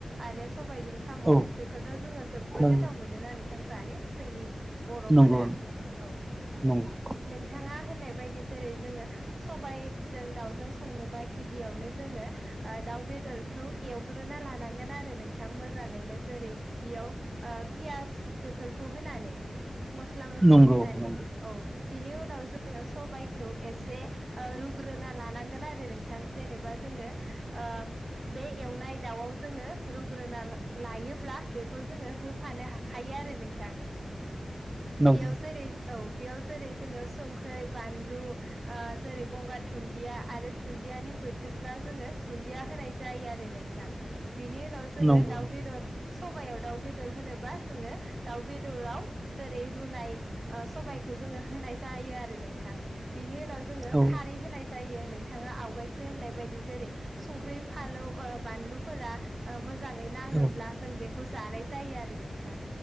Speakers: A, on the right; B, on the right.
A: आरो सबायजों साम'
B: औ
A: बेखौथ' जोङो जोबोद
B: नंगौ
A: गोथाव मोनोना नोंथां जानो जोंनि बर'फोरा
B: नंगौ
A: औ ओ
B: नंगौ
A: नोंथां ना होननाय बायदि जेरै जोङो सबायजों दाउजों संनोबा गिबियावनो जोङो ओ दाउ बेदरखौ एवग्रोना लानांगोन आरो नोंथां मोजाङैनो जेरै बेयाव ओ पियास बेफोरखौ होनानै मस्ला मस्लि
B: नंगौ
A: होनानै
B: नंगौ
A: औ बिनि उनाव जोङो सबायाइखौ एसे रुग्रोना लानांगोन आरो नोंथां जेनेबा जों जोङो ओ बे एवनाय दाउआव जोङो रुग्रोना लायोब्ला बेखौ जोङो होफानो हाखायो आरो नोंथां
B: नंगौ
A: बियाव जेरै औ बियाव जेरै जोङो संख्रै बानलु ओ जेरै गंगार दुन्दिया आरो दुन्दियानि बोथोर ब्ला जोङो दुन्दिया होनाय जायो आरो नोंथां बिनि उनाव जोङो
B: नंगौ
A: दाउ
B: नंगौ
A: बेदर सबायाव दाउ बेदर होनोबा जोङो दाउ बेदराव जेरै रुनाय ओ सबायखौ जोङो होनाय जायो आरो नोंथां। बिनि उनाव जोङो
B: औ
A: खारै होनाय जायो। नोंथाङा आवगायसो होननाय बायदि जेरै संख्रि, फालौ ओ बानलुफोरा ओ मोज जाङै नाङोब्ला
B: औ
A: जों बेखौ जानाय जायो आरो नोंथां